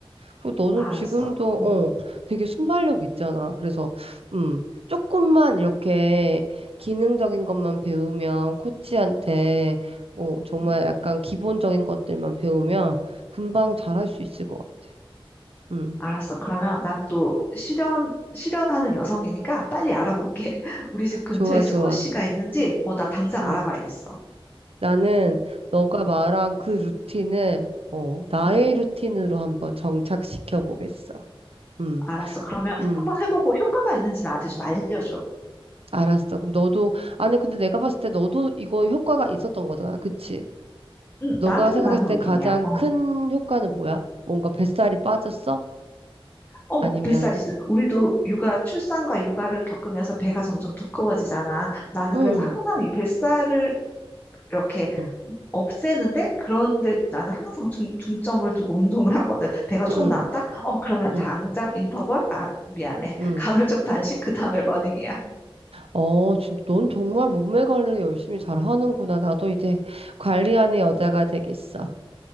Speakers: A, on the right (about 80°); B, on the left (about 20°).
A: 그리고 너는
B: 알았어.
A: 지금도
B: 음,
A: 어 되게 순발력 있잖아. 그래서 음 조금만 이렇게 기능적인 것만 배우면 코치한테 어 정말
B: 음.
A: 약간 기본적인 것들만 배우면 금방 잘 할 수 있을 것 같아. 음
B: 알았어. 그러면 난 또 실현, 실현하는 여성이니까 빨리 알아볼게. <laughs> 우리 집 근처에
A: 좋아
B: 스쿼시가
A: 좋아.
B: 있는지, 어, 나 당장
A: 음.
B: 알아봐야겠어.
A: 나는 너가 말한 그 루틴을 어, 나의
B: 음,
A: 루틴으로 한번 정착시켜 보겠어. 음,
B: 알았어. 그러면
A: 음,
B: 한번 해보고 효과가 있는지 나한테 좀 알려줘.
A: 알았어. 그럼 너도 아니 근데 내가 봤을 때 너도 이거 효과가 있었던 거잖아, 그치?
B: 응,
A: 너가
B: 나한테는
A: 생각했을
B: 맞는
A: 때
B: 운동이야.
A: 가장
B: 어.
A: 큰 효과는 뭐야? 뭔가 뱃살이 빠졌어?
B: 어,
A: 아니면
B: 뱃살이지. 우리도 육아, 출산과 육아를 겪으면서 배가 점점 두꺼워지잖아. 나는
A: 응,
B: 그래서 항상 이 뱃살을 이렇게
A: 응,
B: 없애는데, 그런데 나는 항상 중, 중점을 두고 운동을 하거든. 배가 조금
A: 응,
B: 나왔다? 어, 그러면
A: 응,
B: 당장 인터벌? 아, 미안해. <laughs>
A: 응.
B: 간헐적 단식, 그 다음에 러닝이야.
A: 어, 진짜 넌 정말 몸매 관리를 열심히 잘 하는구나. 나도 이제 관리하는 여자가 되겠어.